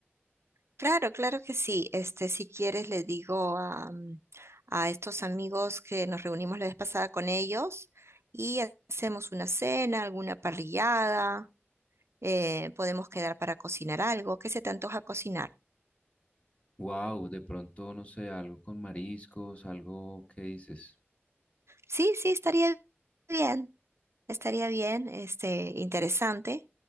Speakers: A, on the right (about 75°); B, on the left (about 30°).
A: Claro, claro que sí. Este, si quieres, le digo a, mm, a estos amigos que nos reunimos la vez pasada con ellos y ha- hacemos una cena, alguna parrillada, eh, podemos quedar para cocinar algo. ¿Qué se te antoja cocinar?
B: Wow, de pronto, no sé, algo con mariscos, algo, ¿qué dices?
A: Sí, sí, estaría bien, estaría bien, este, interesante.